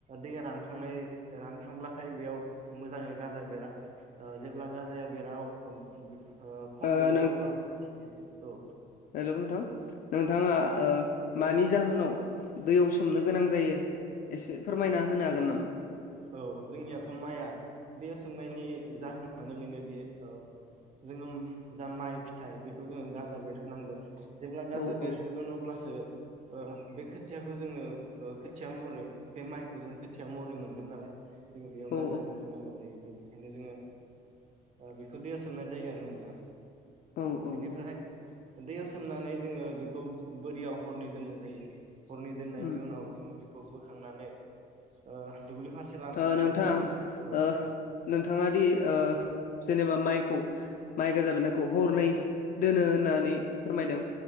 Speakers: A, on the right; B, on the left.
A: दै थांनाय रान थांब्लाथाय बेयाव मोजाङै गाजा बेरा जेब्ला गाजाया बेरा अब्ला
B: ओ
A: खम बेरगोन अब्ला खोथियाखौ
B: हेलौ नोंथां नोंथाङा मानि जाहोनाव दैयाव सोमनो गोनां जायो एसे फोरमायना होनो हागोन नामा?
A: औ जोंनियाथ' माइआ दैयाव सोमनायनि जाहोनानो बेनोदि औ जोङो जा माइ फिथाइ बेखौ जोङो गाजा बेरहोनांगोन जेब्ला गाजा
B: औ
A: बेरहोगोन
B: औ
A: अब्लासो ओ बे खोथियाखौ जोङो ओ खोथिया महरै बे माइखौ जोंङो खोथिया महरै मोनगोन नालाय जोङो बेयाव
B: औ
A: गाजा बेरहोनांगौ जायो जेरै ओंखायनो जोङो ओ बेखौ दैया सोमनाय जायो आरो नोंथां
B: औ औ
A: बेनिफ्राय
B: औ
A: दैयाव सोम सोमनानै जोङो बेखौ बोरियाव हरनै दोननाय जायो हरनै दोननायनि
B: उम
A: उनाव जोङो बेखौ बो खांनानै ओ फारसे लाना
B: थ'
A: थाङो
B: नोंथां
A: बिनि औ
B: ओ नोंथाङा दि ओ जेनेबा माइखौ माइ गोजाबनायखौ हरनै दोनो होननानै फोरमायदों